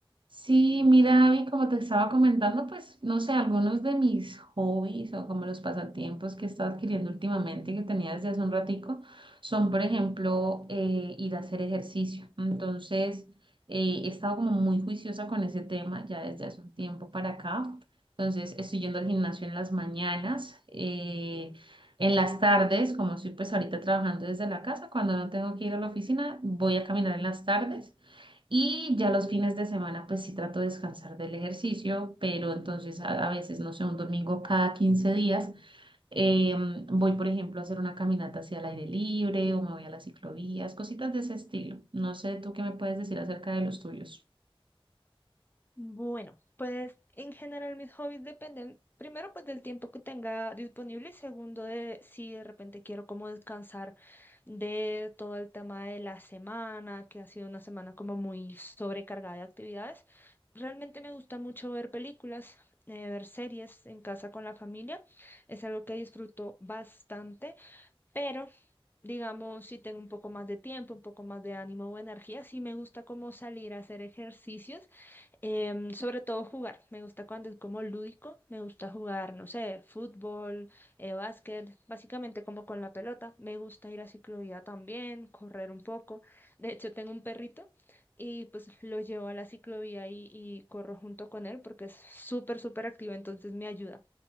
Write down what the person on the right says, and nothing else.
Sí, mira, Abby, como te estaba comentando, pues no sé, algunos de mis hobbies o como los pasatiempos que he estado adquiriendo últimamente y que tenía desde hace un ratico son, por ejemplo, eh, ir a hacer ejercicio. Entonces, eh, he estado como muy juiciosa con ese tema ya desde hace un tiempo para acá. Entonces, estoy yendo al gimnasio en las mañanas, eh, en las tardes, como estoy pues ahorita trabajando desde la casa, cuando no tengo que ir a la oficina, voy a caminar en las tardes. Y ya los fines de semana, pues sí trato de descansar del ejercicio, pero entonces a, a veces, no sé, un domingo cada 15 días, em, voy, por ejemplo, a hacer una caminata hacia el aire libre o me voy a las ciclovías, cositas de ese estilo. No sé, tú qué me puedes decir acerca de los tuyos.